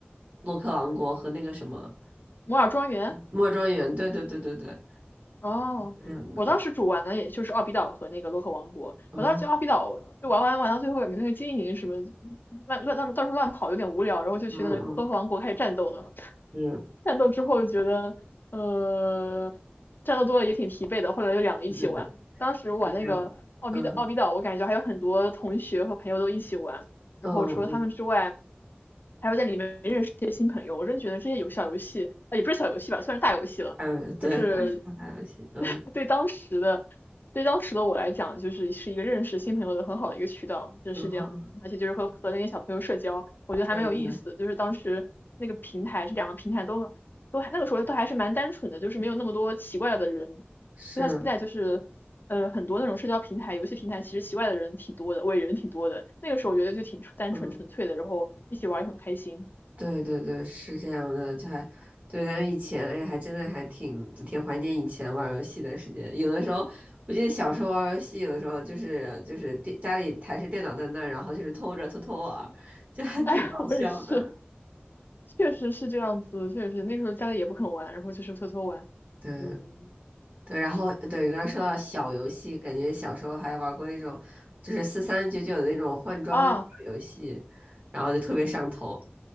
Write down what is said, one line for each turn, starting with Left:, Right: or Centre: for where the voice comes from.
Right: 洛克王国和那个什么
Left: 摩尔庄园？
Right: 莫庄园，对对对对对，
Left: 哦，
Right: 两个，
Left: 我当时主玩的也就是奥比岛和那个洛克王国。
Right: 哦，
Left: 我当时觉得奥比岛就玩玩玩到最后也没那个经营什么乱乱到处到处乱跑有点无聊，然后就去那个洛克王国开始战斗了。
Right: 嗯嗯，嗯，是，
Left: 战斗之后就觉得，呃，战斗多了也挺疲惫的，后来就两个一起玩。
Right: 对对对，
Left: 当时玩那个奥比岛，
Right: 是这样的，嗯
Left: 奥比岛我感觉还有很多同学和朋友都一起玩，然后除了他们之外，
Right: 嗯嗯，
Left: 还会在里面认识一些新朋友。我真觉得这些游小游戏，呃，也不是小游戏吧，算是大游戏了，
Right: 嗯，对，
Left: 就是
Right: <laughs> 但是打游戏，嗯
Left: <laughs> 对当时的对当时的我来讲，就是是一个认识新朋友的很好的一个渠道，就是这样子。
Right: 嗯，然后
Left: 而且就是和和那些小朋友社交，我觉得还蛮有意思的。
Right: 对对对，
Left: 就是当时那个平台，这两个平台都都还那个时候都还是蛮单纯的，就是没有那么多奇怪的人。
Right: 是。
Left: 现在就是呃很多那种社交平台、游戏平台，其实奇怪的人挺多的，伪人挺多的。那个时候我觉得就挺单纯纯粹的，
Right: 嗯。
Left: 然后一起玩也很开心。
Right: 对对对，是这样的，就还对咱们以前，哎呀，还真的还挺挺怀念以前玩儿游戏的时间。有的时候，我记得小时候玩儿游戏，有的时候就是就是电家里台式电脑在那儿然后就是偷着偷偷玩儿就还挺搞笑的。
Left: 哎，<laughs> 我也是，确实是这样子，确实那时候家里也不肯玩，然后就是偷偷玩。
Right: 对。
Left: 嗯，
Right: 对，然后对，刚才说到小游戏，感觉小时候还玩过那种，就是四三九九的那种换装的小游戏，
Left: 啊，
Right: 然后就特别上头。